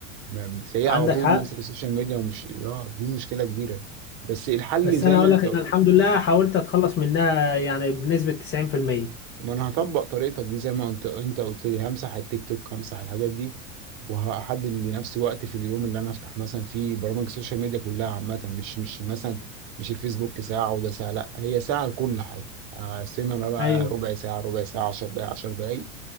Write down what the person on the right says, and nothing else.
ما- بتلاقيها
على طول
ماسك السوشيال ميديا ومش اه دي مشكله كبيره بس الحل
زي
ما
انت
ما انا هطبق طريقتك دي زي ما انت انت قلت لي همسح التيك توك همسح الحاجات دي وهحدد لنفسي وقت في اليوم اللي انا افتح مثلا فيه برامج السوشيال ميديا كلها عامه مش مش مثلا مش الفيسبوك ساعه وده ساعه لا هي ساعه لكل حاجه هقسمها انا بقى
ربع ساعه ربع ساعه 10 دقائق 10 دقائق